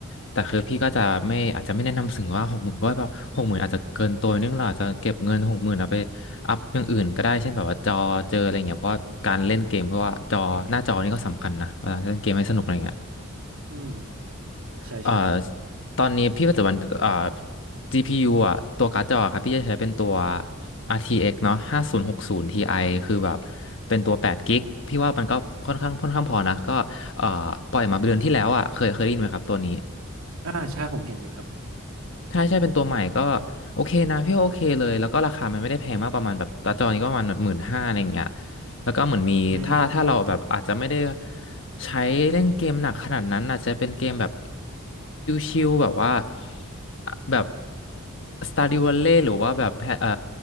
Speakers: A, on the left; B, on the right.
A: แต่คือพี่ก็จะไม่อาจจะไม่แนะนำถึงว่าหกหมื่นเพราะว่าหกหมื่นอาจจะเกินตัวนิดนึงเราอาจจะเก็บเงินหกหมื่นเอาไป อัพอย่างอื่นก็ได้เช่นแบบว่าจอเจออะไรเงี้ยเพราะว่าการเล่นเกมเพราะว่าจอหน้าจอนี่ก็สำคัญนะเวลาเล่นเกมให้สนุกอะไรเงี้ย
B: อืมใช่ใช่
A: เอ่อตอนนี้พี่ปัจจุบันเอ่อ GPU อ่ะตัวการ์ดจอครับพี่จะใช้เป็นตัว RTX เอ็กซ์เนาะ5060 Ti คือแบบเป็นตัว8กิกะพี่ว่ามันก็ค่อนข้างค่อนข้างพอนะก็เอ่อปล่อยมาเดือนที่แล้วอ่ะเคยเคยได้ยินไหมครับตัวนี้
B: อ่าใช่ผมเห็นอยู่ครับ
A: ถ้าใช่เป็นตัวใหม่ก็โอเคนะพี่ว่าโอเคเลยแล้วก็ราคามันไม่ได้แพงมากประมาณแบบตาจอนี้ก็ประมาณหมื่นห้าอะไรอย่างเงี้ย แล้วก็เหมือนมีถ้าถ้าเราแบบอาจจะไม่ได้
B: อืมอื
A: ใช้เล่นเกมหนักขนาดนั้นอาจจะเป็นเกมแบบชิลๆแบบว่าอ่ะแบบ Stardew Valley หรือว่าแบบเอ่อ